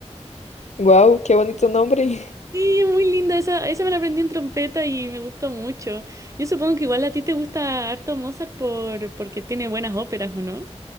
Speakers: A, on the left (about 75°); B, on the right (about 25°).
A: Wow, qué bonito nombre. <laughs>
B: Sí, es muy linda, esa, esa me la aprendí en trompeta y me gustó mucho. Yo supongo que igual a ti te gusta harto Mozart por, porque tiene buenas óperas, ¿o no?